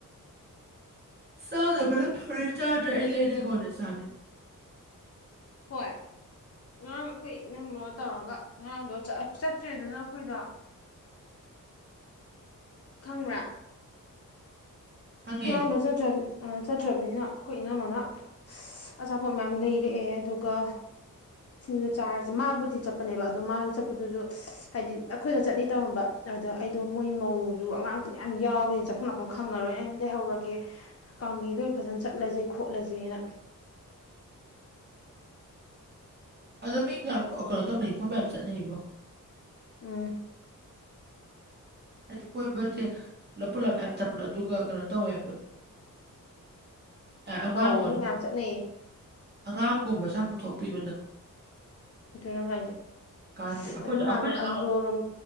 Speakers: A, on the right; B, on the left.
A: ꯆꯥꯗꯕꯅ ꯐꯔꯦ ꯆꯥꯗ꯭ꯔꯦ ꯑꯩ ꯂꯩꯔꯒ ꯑꯣꯢꯅ ꯆꯥꯅꯤꯡꯉꯦ
B: ꯍꯣꯏ ꯉꯔꯥꯡ
A: ꯎꯝ,
B: ꯑꯩꯈꯣꯏ ꯏꯅꯝꯃꯒ ꯇꯧꯔꯒ ꯉꯔꯥꯡꯗꯣ ꯆꯠꯇ꯭ꯔꯦꯗꯅ ꯑꯩꯈꯣꯏꯗꯣ
A: ꯎꯝ
B: ꯈꯪꯕ꯭ꯔꯥ
A: ꯎꯝ ꯈꯪꯉꯦ
B: ꯉꯔꯥꯡꯗꯣ ꯆꯠꯇꯔꯝ ꯆꯠꯇ꯭ꯔꯕꯅꯤꯅ ꯑꯩꯈꯣꯏ ꯏꯅꯝꯃꯅ ꯑꯆꯥꯄꯣꯠ ꯃꯌꯥꯝ ꯂꯩꯔꯛꯑꯦ ꯑꯗꯨꯒ
A: <unintelligible>
B: ꯁꯤꯡꯗ ꯆꯥꯔꯁꯦ ꯃꯥꯕꯨꯗꯤ ꯆꯠꯄꯅꯦꯕ ꯑꯗꯣ ꯃꯥ ꯆꯠꯄꯗꯨꯁꯨ ꯍꯥꯏꯗꯤ ꯑꯩꯈꯣꯏꯗ ꯆꯠꯅꯤ ꯇꯧꯔꯝꯕ ꯑꯗꯨꯗ ꯑꯩꯗꯣ ꯃꯣꯏ ꯃꯧꯁꯨ ꯑꯉꯥꯡꯁꯨ ꯃꯌꯥꯝ ꯌꯥꯎꯕꯦꯅ ꯆꯐꯝ ꯂꯥꯛꯐꯝ ꯈꯪꯉꯔꯣꯏ ꯑꯩꯅ ꯂꯩꯍꯧꯔꯒꯦ ꯀꯥꯡꯗꯦꯟꯗ ꯑꯣꯏꯅ ꯐꯖꯅ ꯆꯠꯂꯁꯦ ꯈꯣꯠꯂꯁꯦꯅ
A: ꯑꯗꯣ ꯃꯤ ꯉꯥꯛ ꯀꯩꯅꯣ ꯇꯧꯅꯩꯀꯣ ꯃꯌꯥꯝ ꯆꯠꯅꯩꯉꯣ
B: ꯎꯝ
A: ꯍꯥꯏꯗꯤ ꯀꯣꯏꯕꯁꯦ ꯄꯨꯂꯞ ꯄꯨꯂꯞ ꯃ ꯆꯠꯄꯗꯣ ꯑꯗꯨꯒ ꯀꯩꯅꯣ ꯇꯧꯋꯦꯕ ꯎꯝ ꯑꯉꯥꯡ
B: ꯑꯧ
A: ꯃꯅꯨꯡ
B: ꯃꯤ ꯃꯌꯥꯝ ꯆꯠꯅꯩꯌꯦ
A: ꯑꯉꯥꯡꯒꯨꯝꯕꯁꯨ ꯌꯥꯝ ꯄꯨꯊꯣꯛꯄꯤꯕꯗꯣ
B: ꯑꯗꯨꯅꯦ ꯍꯥꯏꯁꯦ
A: ꯍꯧꯖꯤꯛꯀꯥꯟꯗꯤ ꯑꯩꯈꯣꯏꯗꯣ
B: ꯑꯗꯨ ꯅꯍꯥꯟꯅꯣ
A: ꯑꯩꯈꯣꯏꯅ ꯑꯉꯥꯡ
B: ꯑꯟꯗ꯭ꯔꯣ
A: ꯑꯣꯏ-
B: ꯔꯣꯝ